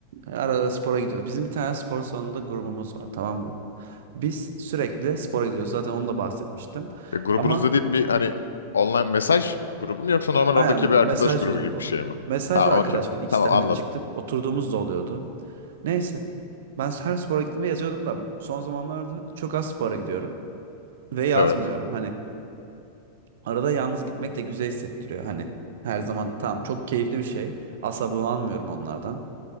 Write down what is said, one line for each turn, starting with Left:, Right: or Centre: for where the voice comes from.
Right: arada spora gidiyoruz. Bizim bir tane spor salonunda grubumuz var tamam mı? Biz sürekli spora gidiyoruz. Zaten onu da bahsetmiştim.
Left: Ya, grubunuz
Right: Ama
Left: dediğin bir hani online mesaj grubu mu yoksa normal
Right: aynen
Left: oradaki bir arkadaş
Right: mesaj
Left: grubu
Right: grubu.
Left: gibi bir şey mi?
Right: Mesaj
Left: Ha
Right: ve arkadaş
Left: okey.
Right: grubu. İkisi
Left: Tamam
Right: de hani
Left: anladım.
Right: çıktıp oturduğumuz da oluyordu. Neyse. Ben her spora gittiğimde yazıyordum da son zamanlarda çok az spora gidiyorum. Ve yazmıyorum.
Left: Evet.
Right: Hani arada yalnız gitmek de güzel hissettiriyor. Hani her zaman tamam çok keyifli bir şey. Asla bunalmıyorum onlardan.